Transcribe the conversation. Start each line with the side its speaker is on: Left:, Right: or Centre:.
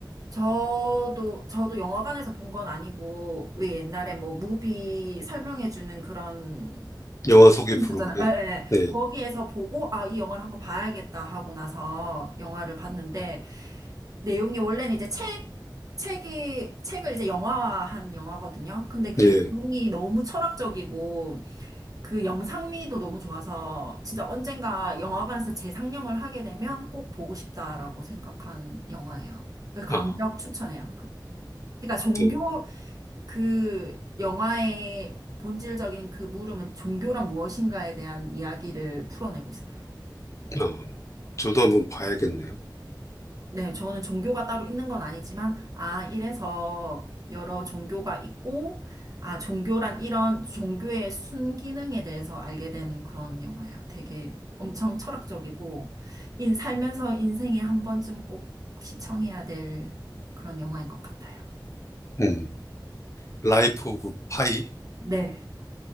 Right: 저도, 저도 영화관에서 본 건 아니고, 왜 옛날에 뭐, 무비 설명해주는 그런
Left: 영화 소개 프로그램.
Right: 있었잖아요. 예, 예.
Left: 네.
Right: 거기에서 보고, 아, 이 영화를 한번 봐야겠다 하고 나서 영화를 봤는데, 내용이 원래는 이제 책, 책이, 책을 이제 영화화한 영화거든요. 근데 그
Left: 예,
Right: 내용이 너무 철학적이고, 그 영상미도 너무 좋아서, 진짜 언젠가 영화관에서 재상영을 하게 되면 꼭 보고 싶다라고 생각한 영화예요. 강력
Left: 아,
Right: 추천해요. 그, 그러니까 종교,
Left: 네.
Right: 그 영화의 본질적인 그 물음은 종교란 무엇인가에 대한 이야기를 풀어내고 있어요.
Left: 어, 저도 한번 봐야겠네요.
Right: 네, 저는 종교가 따로 있는 건 아니지만, 아, 이래서 여러 종교가 있고, 아, 종교란 이런 종교의 순기능에 대해서 알게 된 그런 영화야. 되게 엄청 철학적이고, 인, 살면서 인생에 한 번쯤 꼭 시청해야 될 그런 영화인 것 같아요.
Left: 음, 라이프 오브 파이.
Right: 네.